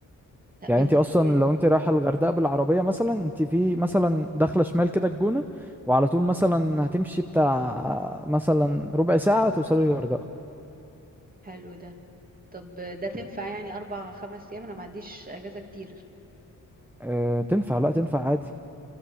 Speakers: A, on the right; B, in the centre.
A: لا
B: يعني
A: بس
B: انت
A: دي
B: اصلا لو انت رايحه الغردقه بالعربيه مثلا انت في مثلا داخله شمال كده الجونه وعلى طول مثلا هتمشي بتاع مثلا ربع ساعه توصلي الغردقه
A: حلو ده طب ده تنفع يعني أربع خمس أيام أنا ما عنديش أجازة كتير
B: اه تنفع لا تنفع عادي